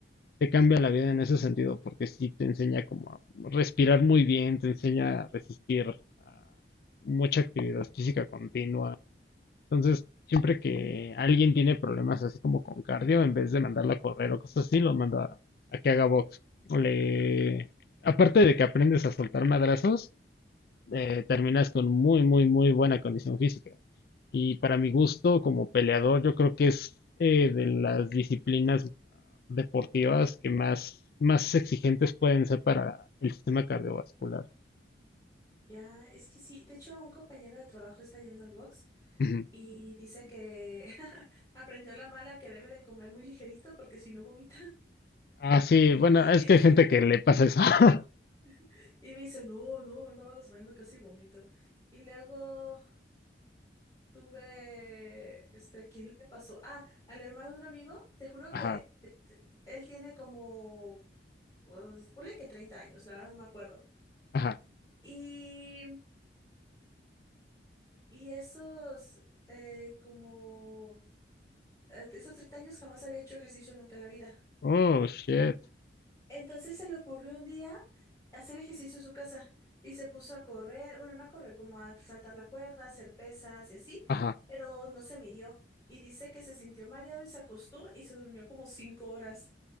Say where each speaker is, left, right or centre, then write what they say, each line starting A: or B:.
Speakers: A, on the left; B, on the left.
A: te cambia la vida en ese sentido, porque sí te enseña como a respirar muy bien, te enseña a resistir a mucha actividad física continua. Entonces, siempre que alguien tiene problemas así como con cardio, en vez de mandarla a correr o cosas así, lo manda a que haga box. O le... Aparte de que aprendes a soltar madrazos, eh, terminas con muy, muy, muy buena condición física. Y para mi gusto, como peleador, yo creo que es eh, de las disciplinas deportivas que más, más exigentes pueden ser para el sistema cardiovascular.
B: Ya, es que sí. De hecho, un compañero de trabajo está yendo al box
A: Ujú.
B: y dice que <laughs> aprendió la mala que debe de comer muy ligerito porque si no vomita.
A: Ah, sí,
B: Y,
A: bueno, es que hay gente que le pasa eso. <laughs>
B: <laughs> y me dice, no, no, me andaba desmayando casi vomito. Y luego tuve, este, ¿quién le pasó? Ah, al hermano de un amigo, te juro
A: Ajá,
B: que eh, él tiene como, pues, ponle que 30 años, la verdad no me acuerdo.
A: ajá.
B: Y, y esos, eh, como... eh, esos 30 años jamás había hecho ejercicio nunca en la vida.
A: Oh, shit.
B: Entonces se le ocurrió un día hacer ejercicio en su casa y se puso a correr, bueno, no a correr, como a saltar la cuerda, hacer pesas y así,
A: Ajá.
B: pero no se midió y dice que se sintió mareado y se acostó y se durmió como cinco horas